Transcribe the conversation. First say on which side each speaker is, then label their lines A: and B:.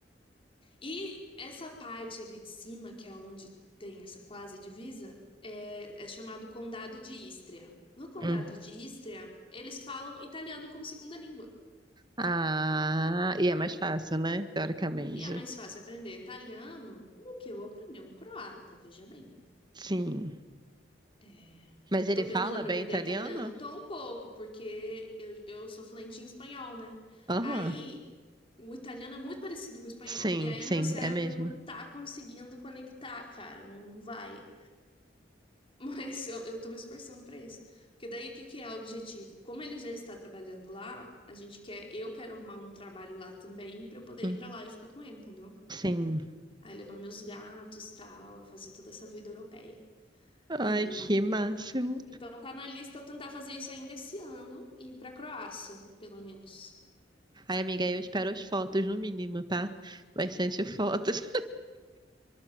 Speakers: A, on the left; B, on the right.
A: E essa parte ali de cima, que é onde tem essa quase divisa, é, é chamado Condado de Istria. No Condado
B: uhum.
A: de Istria, eles falam italiano como segunda língua.
B: Ah, e é mais fácil, né? Teoricamente.
A: E é mais fácil aprender italiano do que eu aprender um croata, veja bem.
B: Sim.
A: É,
B: Mas
A: eu
B: ele
A: tô
B: fala
A: penando pra
B: bem
A: aprender
B: italiano?
A: italiano? Tô um pouco, porque eu, eu sou fluente em espanhol, né?
B: Aham.
A: Aí, o italiano é muito parecido com o espanhol.
B: Sim,
A: E aí,
B: sim,
A: o meu cérebro
B: é mesmo.
A: não tá conseguindo conectar, cara, não não vai. Mas eu, eu tô me esforçando pra isso. Porque daí o que que é o objetivo? Como ele já está trabalhando lá, a gente quer, eu quero arrumar um trabalho lá também pra eu poder
B: Hum,
A: ir pra lá e ficar com ele, entendeu?
B: Sim.
A: Aí levar meus gatos, tal, fazer toda essa vida europeia. E-
B: Ai, que máximo.
A: Então tá na lista eu tentar fazer isso ainda esse ano e ir pra Croácia, pelo menos.
B: Ai, amiga, eu espero as fotos no mínimo, tá? Bastante fotos.